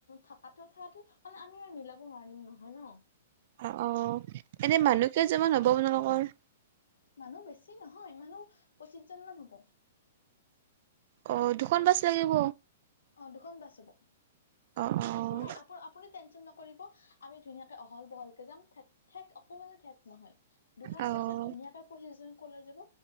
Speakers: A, on the left; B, on the right.
A: থকাতো থকা মানে আমি মিলাব নোৱাৰিম নহয় ন
B: অ, অ, এনে মানুহ কেইজনামান হ'ব আপোনালোকৰ।
A: মানুহ বেছি নহয় মানুহ পঁচিছজনমান হ'ব।
B: অ, দুখন বাছ লৈ লব
A: অ, দুখন বাছ হ'ব,
B: অ
A: একো নাই আপ, আপুনি টেনচন নকৰিব। আমি ধুনীয়াকে, অহল, বহলকে যাম থা ঠেক অকমানো ঠেক নহয় দুখন
B: অ',
A: বাছত ধুনীয়াকে বহি জাম কলাই যাব।